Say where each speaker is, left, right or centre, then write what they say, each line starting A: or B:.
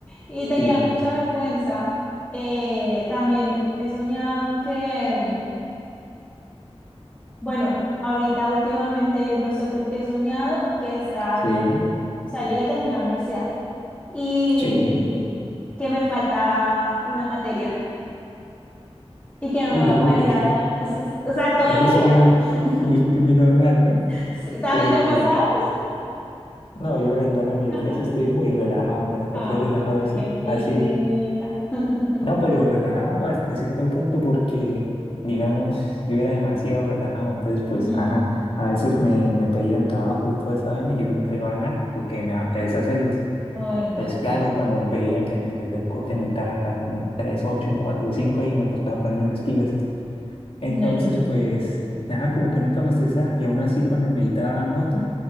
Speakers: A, on the left; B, on the left.
A: y tenía
B: Sí,
A: mucha vergüenza. Eh, también he soñado que... Bueno, ahorita últimamente no sé por qué he soñado que he estado,
B: sí.
A: o sea, yo ya terminé la universidad y,
B: Sí,
A: y que me falta una materia y que no
B: uy,
A: me va
B: yo
A: a poder
B: creo que
A: graduar,
B: ese,
A: o s- o sea, todavía.
B: ese sueño
A: <laughs>
B: es muy, muy normal, ¿no?
A: Sí, ¿También
B: Como
A: te ha
B: que,
A: pasado?
B: no, yo la verdad la universidad
A: <laughs>
B: sí estoy muy relajado, me la pasé
A: Ay,
B: relajado eso,
A: qué envidia.
B: así,
A: <laughs>
B: no, pero relajado hasta cierto punto porque, digamos, yo era demasiado relajado, entonces pues,
A: Ujú.
B: ajá, a veces me, me pedían trabajo y todo eso, y yo no entregaba nada porque me daba pereza hacerlos.
A: Ay, no,
B: Entonces,
A: no,
B: claro,
A: no.
B: cuando veía que en el tercer corte necesitaba acá como un 3, 8, un 4, cinco y me tocaba ponerme las pilas. Entonces,
A: No, no, no.
B: pues, nada, como que nunca me estresaba. Y aún así, cuando necesitaba nota,